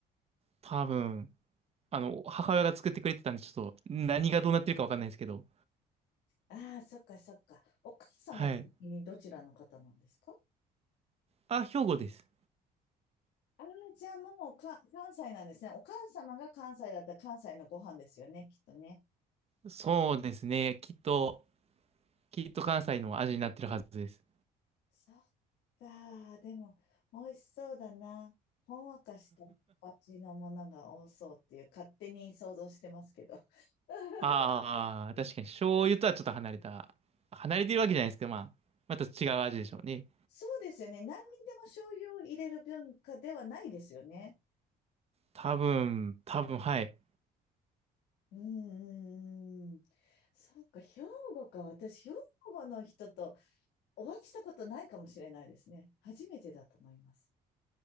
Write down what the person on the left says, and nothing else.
ああ、そっかそっか。お母様的にどちらの方なんですか
ああー、じゃあもうか関西なんですね。お母様が関西だったら関西のご飯ですよね、きっとね。
そっか。でも、美味しそうだな。ほんわかしたお味のものが多そうっていう、勝手に想像してますけど。<laughs>
そうですよね。何にでも醤油を入れる文化ではないですよね。
うんうんうん。そっか、兵庫か。私、兵庫の人とお会いしたことないかもしれないですね。初めてだと思います。